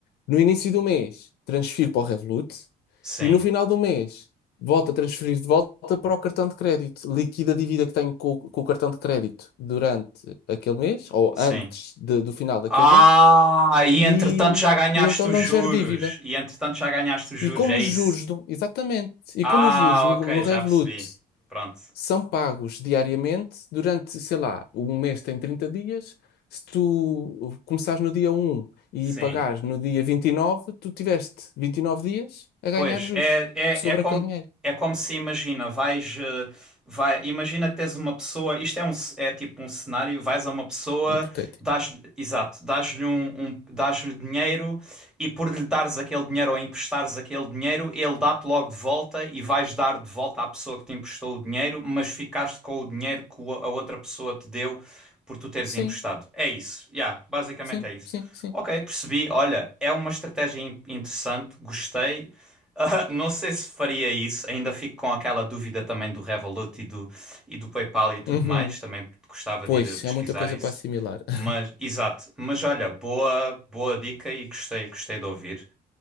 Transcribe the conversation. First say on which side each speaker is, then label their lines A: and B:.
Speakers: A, on the left (about 70°); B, in the centre.
A: no início do mês, transfiro para o Revolut
B: Sim,
A: e no final do mês, volto a transferir de volta para o cartão de crédito. Liquido a dívida que tenho com, o com o cartão de crédito durante aquele mês, ou
B: sim.
A: antes de- do final daquele
B: Ah,
A: mês,
B: e
A: e,
B: entretanto já ganhaste
A: e então
B: os
A: não
B: juros.
A: gero dívida.
B: E entretanto já ganhaste os juros,
A: E como
B: é
A: os
B: isso.
A: juros, do- exatamente, e
B: Ah,
A: como os juros no,
B: ok,
A: no Revolut
B: já percebi. Pronto.
A: são pagos diariamente durante, sei lá, um mês tem 30 dias. Se tu começares no dia um e
B: Sim.
A: pagares no dia 29 tu tiveste 29 dias a ganhar
B: Pois,
A: juros
B: é, é,
A: sobre
B: é como,
A: aquele dinheiro.
B: é como se imagina, vais, eh, vai, imagina que tens uma pessoa, isto é, um, ce- é tipo um cenário, vais a uma pessoa,
A: Hipotético.
B: dás, exato, dás-lhe um, um, dás-lhe dinheiro e por lhe dares aquele dinheiro ou emprestares aquele dinheiro, ele dá-te logo de volta e vais dar de volta à pessoa que te emprestou o dinheiro, mas ficaste com o dinheiro que o- a outra pessoa te deu por tu teres
A: Sim,
B: emprestado. É isso, yeah, basicamente
A: sim,
B: é isso.
A: sim, sim.
B: Ok, percebi. Olha, é uma estratégia in- interessante, gostei. Ah, não sei se faria isso, ainda fico com aquela dúvida também do Revolut e do, e do PayPal e tudo
A: Uhum.
B: mais, também gostava
A: Pois,
B: de ir a pesquisar
A: é muita coisa
B: isso.
A: para assimilar. <laughs>
B: Mas, exato, mas olha, boa, boa dica e gostei, gostei de ouvir.